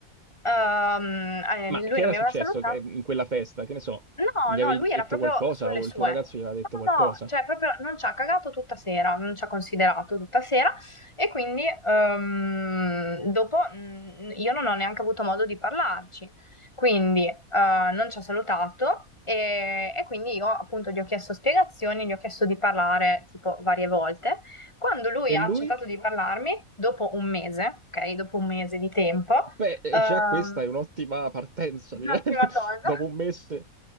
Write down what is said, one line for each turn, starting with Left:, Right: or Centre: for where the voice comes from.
Left: Ehm, eh,
Right: Ma
Left: lui
Right: che
Left: non
Right: era
Left: mi
Right: successo
Left: aveva salutato.
Right: che- in quella festa? Che ne so,
Left: No,
Right: gli
Left: no,
Right: avevi
Left: lui
Right: detto
Left: era proprio
Right: qualcosa
Left: sulle
Right: o
Left: sue.
Right: il tuo ragazzo gli aveva detto
Left: No,
Right: qualcosa?
Left: no, cioè proprio non ci ha cagato tutta sera, non ci ha considerato tutta sera e quindi ehm, dopo mh, io non ho neanche avuto modo di parlarci, quindi eh, non ci ha salutato e, e quindi io appunto gli ho chiesto spiegazioni, gli ho chiesto di parlare tipo varie volte. Quando lui
Right: E
Left: ha
Right: lui?
Left: accettato di parlarmi, dopo un mese, ok, dopo un mese di tempo,
Right: Beh, e
Left: ehm,
Right: già questa è un'ottima partenza,
Left: l'ultima
Right: direi. <laughs>
Left: cosa.
Right: Dopo un mese